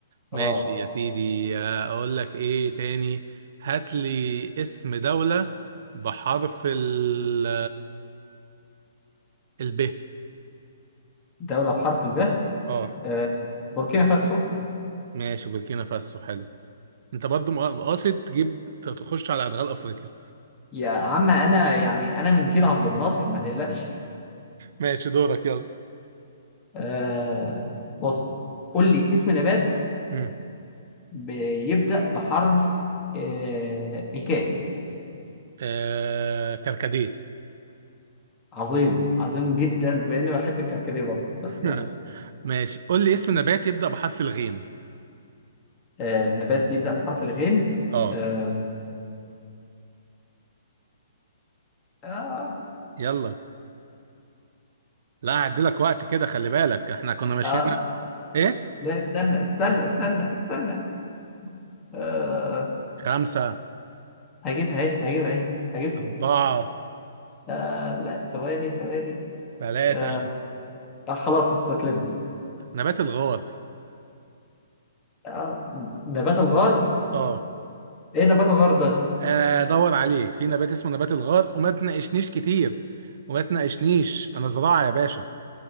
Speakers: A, on the right; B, on the left.
A: ماشي
B: اه
A: يا سيدي آه، اقول لك ايه تاني هات لي اسم دولة بحرف ال ال ب
B: دولة بحرف الباء
A: اه
B: آه، بوركينا فاسو
A: ماشي بوركينا فاسو حلو انت برضو مق- قاصد تجيب ت- تخش على ادغال افريقيا
B: يا عم انا يعني انا من جيل عبد الناصر ما تقلقش
A: ماشي دورك يلا
B: آه بص قول لي اسم نبات
A: مم.
B: بيبدأ بحرف آه الكاف
A: آه... كركديه
B: عظيم عظيم جدا باني بحب الكركديه برضه بس
A: <laughs>
B: يعني
A: ماشي قول لي اسم نبات يبدأ بحرف الغين
B: آه نبات يبدأ بحرف الغين
A: اه
B: آه آه
A: يلا لا هعدلك وقت كده خلي بالك احنا كنا ماشيين
B: آه
A: ايه
B: لا استنى استنى استنى استنى آه
A: خمسة
B: هجيبها اهي هجيبها اهي هجيبها
A: أربعة
B: آه لا ثواني ثواني
A: ثلاثة
B: آه آه، خلاص استسلمت
A: نبات الغار
B: آه نبات الغار
A: اه
B: ايه نبات الغرب ده
A: آه، دور عليه في نبات اسمه نبات الغار وما تناقشنيش كتير وما تناقشنيش انا زراعة يا باشا